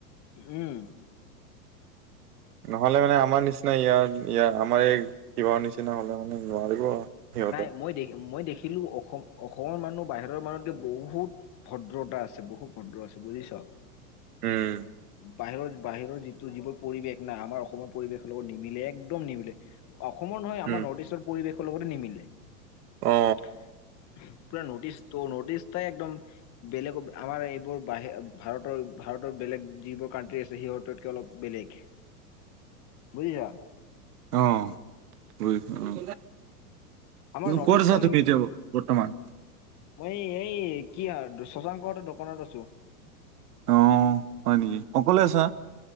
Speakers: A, on the left; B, on the right.
A: উম।
B: নহ'লে মানে আমাৰ নিচিনা ইয়াৰ-ইয়াৰ আমাৰ এই কিবাহৰ নিচি নিচিনা হ'লে মানে নোৱাৰিব আৰু সিহঁতে।
A: নাই মই দেখ মই দেখিলোঁ অ অসম অসমৰ মানুহ বাহিৰ মানুহকে বহুত ভদ্ৰতা আছে বহুত ভদ্ৰ আছে। বুজিছ।
B: শুম।
A: বাহিৰ বাহিৰ যিটো যিবোৰ পৰিৱেশ না আমাৰ অসমৰ পৰিৱেশৰ লগত নিমিলে একদম নিমিলে। অসমৰ নহয় আমাৰ
B: উম,
A: নৰ্থ ইষ্টৰ পৰিৱেশৰ লগতে নিমিলে।
B: অ।
A: <unintelligible> পূৰা নৰ্থ ইষ্ট ত নৰ্থ ইষ্টএকদম বেলেগ আমাৰ এইবোৰ বাহি ভাৰতৰ ভাৰতৰ বেলেগ যিবোৰ কাণ্ট্ৰি আছে সিহঁতকে অলপ বেলেগ। বুজিছা?
B: অ অ বুজিছোঁ,
A: আমাৰ নৰ্থ
B: ক'ত
A: ইষ্টখন
B: আছা তুমি এতিয়া বৰ্তমান?
A: মই এই কি আৰ ছশাংকৰঁতৰ দোকানত আছো।
B: অ হয় নেকি, অকলে আছা?